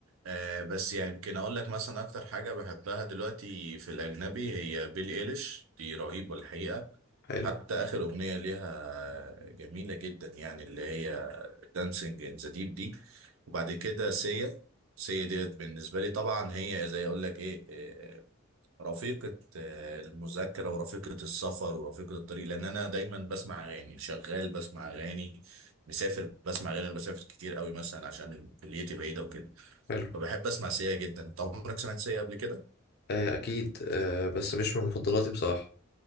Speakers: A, on the right; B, on the left.
A: آه، بس يعني يمكن اقول لك مثلا اكتر حاجه بحبها دلوقتي في الاجنبي هي بيلي ايليش دي رهيبه الحقيقه
B: حلو
A: حتى اخر اغنيه ليها جميله جدا يعني اللي هي دانسينج ان ذا ديب دي وبعد كده سيا سيا ديت بالنسبه لي طبعا هي زي اقول لك ايه آه، رفيقة آه، المذاكرة ورفيقة السفر ورفيقة الطريق لأن أنا دايما بسمع أغاني شغال بسمع أغاني مسافر بسمع أغاني أنا بسافر كتير قوي مثلا عشان كليتي بعيدة وكده
B: حلو
A: فبحب أسمع سيا جدا أنت عمرك سمعت سيا قبل كده؟
B: آه، اكيد آه، بس مش من مفضلاتي بصراحة